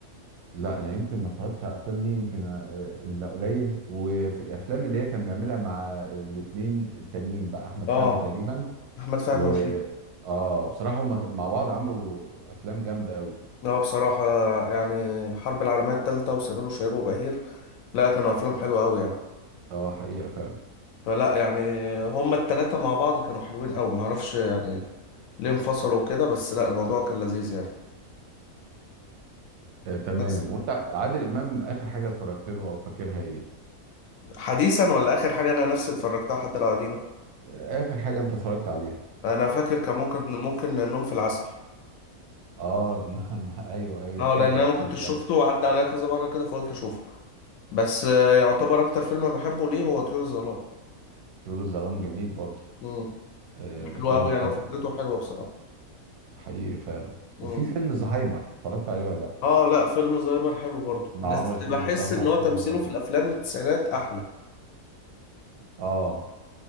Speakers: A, on the right; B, on the left.
A: لا انا يمكن ما اتفرجتش على الافلام دي يمكن آه، الا قليل وفي الافلام اللي هي كان بيعملها مع الاتنين التانيين بقى احمد
B: اه
A: فهمي تقريبا
B: احمد
A: و
B: فهمي وشيكو
A: اه بصراحة هم مع بعض عملوا افلام جامدة قوي
B: اه بصراحة يعني حرب العالمية التالتة وسمير وشهير وبهير لا كانوا افلام حلوة قوي يعني
A: اه حقيقة فعلا
B: فلا يعني هما التلاتة مع بعض كانوا حلوين قوي معرفش يعني ليه انفصلوا كده بس لا الموضوع كان لذيذ يعني
A: آه تمام
B: بس
A: وانت عادل امام اخر حاجة اتفرجت له او فاكرها ايه
B: حديثا ولا اخر حاجة انا نفسي اتفرجتها حتى لو قديمة
A: آه، اخر حاجة انت اتفرجت عليها
B: انا فاكر كان ممكن ممكن النوم في العسل
A: اه <laughs> نعم ايوه ايوه
B: اه
A: فاكر
B: لان انا
A: الفيلم
B: ما كنتش
A: ده
B: شفته وعدى عليا كذا مره كده فقلت اشوفه بس آه، يعتبر اكتر فيلم أنا بحبه ليه هو طيور الظلام
A: طيور الظلام جميل برضه
B: امم
A: آه، من الافلام
B: حلو قوي
A: الحلوه
B: يعني وفكرته حلوه بصراحه
A: حقيقي فعلا
B: امم
A: وفي فيلم زهايمر اتفرجت عليه ولا لا
B: اه لا فيلم زهايمر حلو برضه
A: مع
B: بس
A: عمر الشريف
B: بحس
A: بصراحه
B: ان هو
A: فيلم
B: تمثيله
A: ظريف
B: في الافلام من التسعينات احلى
A: اه